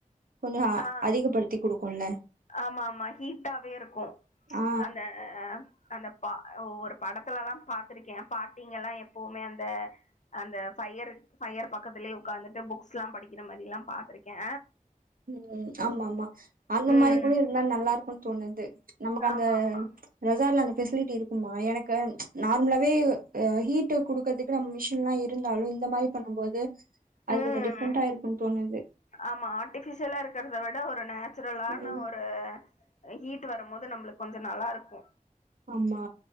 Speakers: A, on the right (about 75°); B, on the left (about 55°).
A: கொஞ்சோ
B: ஆ
A: அதிகப்படுத்தி குடுக்குல்ல
B: ஆமா ஆமா ஹீட்டாவே இருக்கு
A: ஆ
B: அந்த அ அந்த பா ஒரு படத்துல எல்லா பாத்திருக்கே பாட்டிங்கல்லா எப்போமே அந்த அந்த ஃபயரரு ஃபயர் பக்கத்துலயே ஒக்காந்துட்டு புக்ஸ் எல்லா படிக்கிற மாரி எல்லா பாத்திருக்கே
A: ம் ஆமா ஆமா அந்த
B: ம்
A: மாரி கூட இருந்தா நல்லா இருக்குன்னு தோணுது நமக்கு அந்த
B: ஆமா ஆமா
A: ரெசாட்ல அந்த பெஃசிலிட்டி இருக்குமா எனக்கு நார்மலாவே ஹீட்டு குடு குடுக்கறதுக்கு நம்ம மெஷின்லா இருந்தாலு இந்த மாரி பண்ணம் போது அது
B: ம்
A: கொஞ்ச டிஃப்ரெண்டா இருக்குன்னு தோணுது
B: ஆமா ஆர்ட்டிஃபிஷியலா இருக்கிறத விட ஒரு நேச்சுரலான
A: ம்
B: ஒரு ஆ ஹீட்டு வரும்போது நம்மளுக்கு கொஞ்ச நல்லா இருக்கு
A: ஆமா